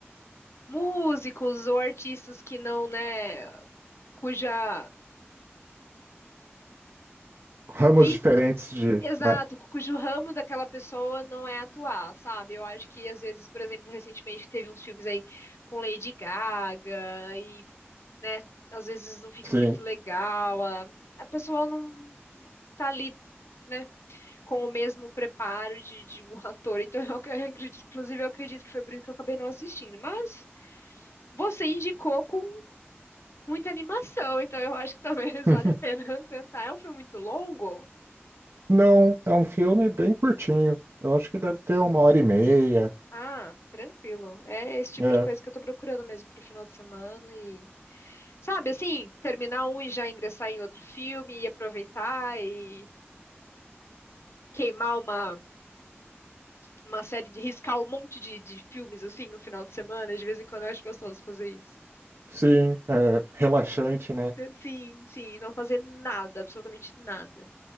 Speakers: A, on the left; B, on the right.
A: músicos ou artistas que não, né, cuja
B: ramos
A: vi-
B: diferentes de.
A: Exato,
B: né?
A: cujo ramo daquela pessoa não é atuar, sabe? Eu acho que às vezes, por exemplo, recentemente teve uns filmes aí com Lady Gaga e, né, às vezes não fica
B: Sim.
A: muito legal, a, a pessoa não tá ali, né, com o mesmo preparo de, de um <laughs> ator. Então, eu, acredito, inclusive, eu acredito que foi por isso que eu acabei não assistindo. Mas você indicou com muita animação, então eu acho que talvez
B: <laughs>
A: <laughs> valha a pena <laughs> tentar. É um filme muito longo?
B: Não, é um filme bem curtinho. Eu acho que deve ter uma hora e meia.
A: Ah, tranquilo. É esse tipo
B: né?
A: de coisa que eu tô procurando mesmo pro final de semana e, sabe, assim, terminar um e já ingressar em outro filme e aproveitar e queimar uma, uma série de riscar um monte de, de filmes assim no final de semana. De vez em quando eu acho gostoso fazer isso.
B: sim, é relaxante, né?
A: Sim, sim, não fazer nada, absolutamente nada.